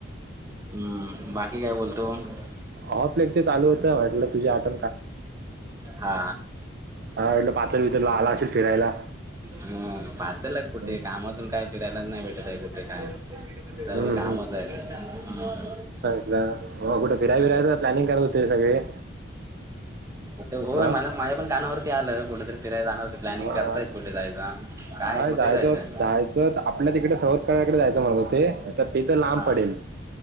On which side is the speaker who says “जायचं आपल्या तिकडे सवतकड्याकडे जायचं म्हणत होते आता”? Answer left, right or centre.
Right